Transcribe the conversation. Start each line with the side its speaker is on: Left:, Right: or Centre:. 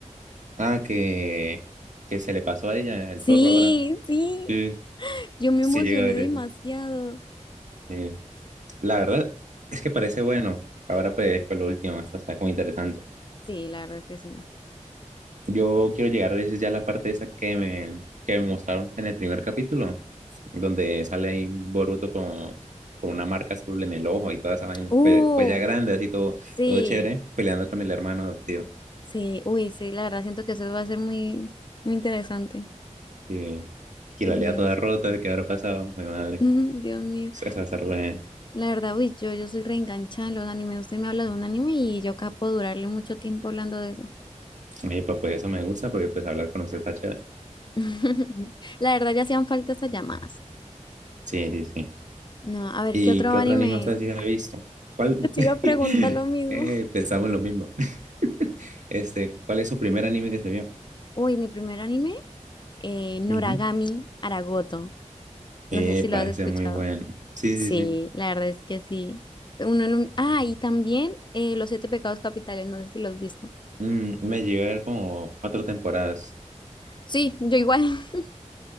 Right: ah, que, que se le pasó a ella el
Left: Sí,
Right: zorro ahora.
Left: sí,
Right: Sí,
Left: yo me
Right: sí
Left: emocioné
Right: llega a ver
Left: demasiado.
Right: eso. Eh, la verdad es que parece bueno. Ahora pues fue lo último, hasta está como interesante.
Left: Sí, la verdad es que sí.
Right: Yo quiero llegar a veces ya a la parte esa que me, que me mostraron en el primer capítulo, donde sale ahí Boruto con, con una marca azul en el ojo y toda esa vaina.
Left: Uh,
Right: Pues, pues ya grande, así todo,
Left: sí,
Right: todo chévere, peleando con el hermano tío.
Left: sí, uy, sí, la verdad siento que eso va a ser muy, muy interesante.
Right: Sí. Y
Left: Dios,
Right: la lea toda rota, ¿qué habrá pasado? Mi madre.
Left: <laughs> Dios mío.
Right: Eso va a estar bueno.
Left: La verdad, uy, yo, yo soy reenganchada en los animes. Usted me habla de un anime y yo capo durarle mucho tiempo hablando de eso.
Right: Oye, pues, pues, eso me gusta porque pues hablar con usted está chévere.
Left: <laughs> La verdad, ya hacían falta esas llamadas.
Right: Sí, sí, sí.
Left: No, a ver,
Right: ¿Y
Left: ¿qué otro
Right: qué
Left: anime?
Right: otro anime usted sí ha visto? ¿Cuál?
Left: Yo te
Right: <laughs>
Left: iba a preguntar lo mismo.
Right: Eh, pensamos lo mismo. <laughs> Este, ¿cuál es su primer anime que se vio?
Left: Uy, mi primer anime, eh, Noragami
Right: Ujú.
Left: Aragoto. No
Right: Epa,
Left: sé si lo has
Right: ese
Left: escuchado.
Right: es muy bueno. Sí,
Left: Sí,
Right: sí, sí.
Left: la verdad es que sí. Uno no- Ah, y también eh, los siete pecados capitales, no sé si los has visto.
Right: Mm, me llegué a ver como cuatro temporadas.
Left: Sí, yo igual, <laughs>